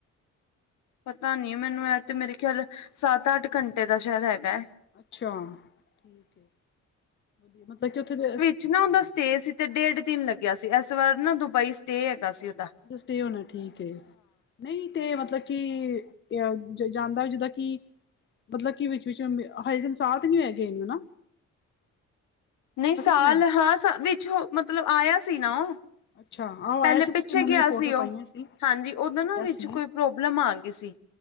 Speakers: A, on the left (about 75°); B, on the left (about 40°).
A: ਪਤਾ ਨੀ ਮੈਨੂੰ ਐ ਤੇ ਮੇਰੇ ਖੇਆਲ ਸਾਤ, ਆਠ ਘੰਟੇ ਦਾ ਸੈ਼ਦ ਹੈਗੈ।
B: ਅੱਛਾ, ਠੀਕ ਏ, ਵਦੀਆ ਮਤਲਬ ਕਿ ਓਥੇ ਦੇ
A: ਚ ਨਾ ਓਦਾ ਸਟੇ ਸੀ ਤੇ ਡੇਢ ਦਿਨ ਲੱਗੇਆ ਸੀ, ਏਸ ਵਾਰ ਨਾ ਦੁਬਈ ਸਟੇ ਹੈਗਾ ਸੀ ਉਦਾ।
B: ਸਟੇ ਹੋਨੈ, ਠੀਕੇ। ਨਈ ਤੇ ਮਤਲਬ ਕਿ, ਅ ਜਾਂਦਾ ਜਿੱਦਾਂ ਕਿ ਮਤਲਬ ਕਿ ਵਿਚ, ਵਿਚ ਹਜੇ ਦਿਨ ਸਾ ਤੇ ਨੀ ਹੋਏਆ ਗਏ ਨੂੰ ਨਾ?
A: ਨਈ ਸਾਲ
B: ਨੀ ਹੋਇਆ
A: ਹਾਂ ਵਿਚ ਮਤਲਬ ਆਏਆ ਸੀ ਨਾ ਓ।
B: ਅੱਛਾ ਆਹੋ
A: ਪ੍ਹੈਲੇ
B: ਆਇਆ ਸੀ ਪਿਛਲੇ
A: ਪਿੱਛੇ
B: ਮੰਮੀ
A: ਗੇਆ
B: ਨੇ ਫੋਟੋ
A: ਸੀ ਓ,
B: ਪਾਈਆਂ
A: ਹਾਂਜੀ ਓਦੋਂ
B: ਆਇਆ
A: ਨਾ
B: ਸੀ
A: ਵਿਚ ਕੋਈ ਪ੍ਰੋਬਲਮ ਆਗੀ ਸੀ।